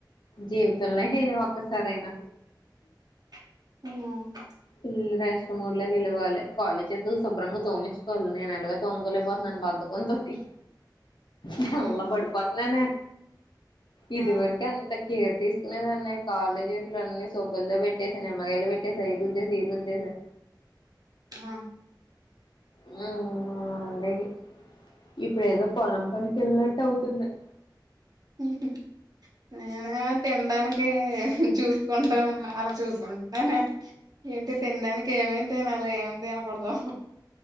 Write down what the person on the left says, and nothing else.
జీవతంలో హే ఒక్కసారైనా
పిల్ల ఇష్ట మూర్లోకి వెళ్ళవాలి కాలళీ చేతులుుభ్రంగా తోమించుకోవాలి నేను ఎలాగా తోముకోలేపోతున్నా బద్ధకంతోటి నల్లబడిపోతున్నానే
ఇదివరకు అంత్ కేర్ తీసుకునేదన్నాయి కాలేజీలు అన్నన్ని సబ్బులతో పెట్టేసి నిమ్మగాయలు పెట్టేసియి రుద్దేసి రుద్దేసే
హ్మ్మ్ ఉండేగి ఇప్పుడు ఏదో పొలం పనికి ఎళ్ళట్టు అవుతున్నాయి